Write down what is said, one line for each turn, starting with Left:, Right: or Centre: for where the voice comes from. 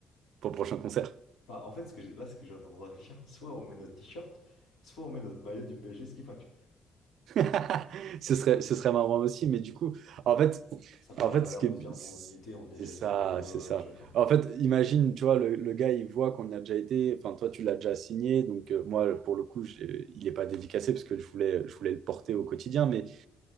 Right: pour le prochain concert.
Left: Bah, en fait, ce que j'ai- là, ce que j'ai tendance à réfléchir, soit on met notre t-shirt, soit on met notre maillot du PSG, ce qui fait.
Right: <laughs> Ce serait, ce serait marrant aussi, mais du coup, en fait,
Left: Ça perd
Right: en
Left: la
Right: fait,
Left: valeur
Right: ce qui
Left: de
Right: est-
Left: dire, non, on y était, on y a
Right: c'est
Left: déjà
Right: ça,
Left: été. Donc, euh, ouais,
Right: c'est ça.
Left: ouais, je suis d'accord.
Right: En fait, imagine, tu vois, le, le gars, il voit qu'on y a déjà été. Enfin, toi, tu l'as déjà signé. Donc, euh, moi, pour le coup, j'ai- il n'est pas dédicacé parce que je voulais, je voulais le porter au quotidien. Mais,